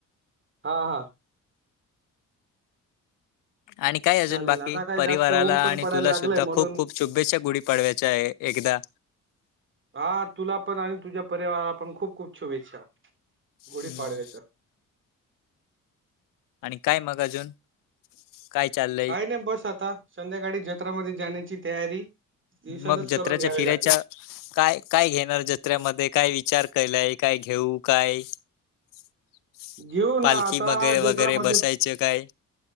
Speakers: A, on the right; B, on the left.
A: हा हा.
B: आणि काय अजून
A: चालेल
B: बाकी
A: आता काय
B: परिवाराला
A: जास्त ऊन पण
B: आणि
A: पडायला
B: तुला
A: लागलंय
B: सुद्धा
A: म्हणून
B: खूप खूप शुभेच्छा गुढीपाडव्याच्या एकदा.
A: हा तुला पण आणि तुझ्या परिवाराला पण खूप खूप शुभेच्छा गुढीपाडव्याच्या.
B: हम्म. आणि काय मग अजून? काय चाल
A: काही नाही बस आता. संध्याकाळी जत्रामध्ये जाण्याची तयारी. दिवसातच
B: मग जत्रेच्या
A: करून घ्यावी
B: फिरायच.
A: लागेल
B: काय काय घेणार जत्रेमध्ये? काय विचार केलाय, काय घेऊ काय? <inaudible>
A: घेऊ
B: पालखी
A: ना आता
B: मगे
A: जत्रा
B: वगैरे
A: मध्ये.
B: बसायचं काय